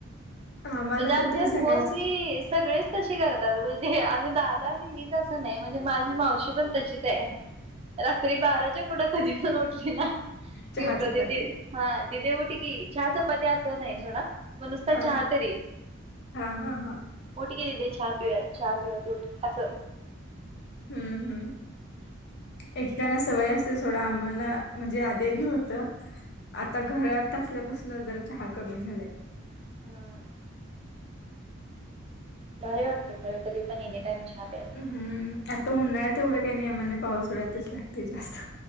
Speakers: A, on the left; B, on the right.
A: आम्हाला
B: म्हणजे आमच्यात
A: तर ते सकाळच
B: मोस्टली सगळेच तसे करतात म्हजे आणि दादा आणि मीच असं नाही म्हणजे माझी मावशी पण तशीच आहे. रात्री बाराच्या पुढं कधी पण उठली ना
A: चहा
B: ती उठवत्याती
A: चपाती
B: हा दिदे उठ की चहा चपाती असं नाही सोडा पण नुसता
A: हा
B: चहा उट
A: हा हा हा
B: कि दिदे चहा पिऊयात चहा किंवा दुधं अस
A: हम्म हम्म एकेकांना सवय असते. थोडं आम्हांला म्हणजे आधी आधी होत आता घरात असल्यापासन जरा चहा कमी झालाय.
B: <inaudible> भारी वाटते खरं कधी पण एनी टाइम चहा प्यायला.
A: हम्म आता उन्हाळ्यात येवढं काही नाही आम्हांना पावसळ्यातच लागते जास्त